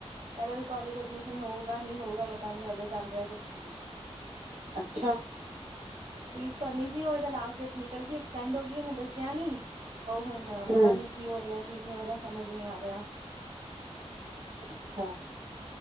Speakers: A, on the right; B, on the right.
A: ਇਹਦਾ ਵੀ ਕਾਲਜ ਐਡਮਿਸ਼ਨ ਹੋਊਗਾ ਨੀ ਹੋਊਗਾ ਪਤਾ ਨੀ ਏਦਾਂ ਚੱਲ ਰਿਹਾ ਕੁਛ।
B: ਅੱਛਾ
A: ਫੀਸ ਭਰਨੀ ਸੀ, ਉਹ ਇਹਦਾ ਲਾਸਟ ਡੇਟ ਨਿਕਲ ਗਈ ਐਕਸਟੈਂਡ ਹੋ ਗਈ। ਇਹਨੇ ਦੱਸਿਆ ਨੀ। ਉਹ ਹੁਣ
B: ਹਮ
A: ਪਤਾ ਨੀ ਕੀ ਹੋ ਰਿਹਾ ਕੀ ਨਹੀਂ ਹੋ ਰਿਹਾ, ਸਮਝ ਨਹੀਂ ਆ ਰਿਹਾ।
B: ਅੱਛਾ,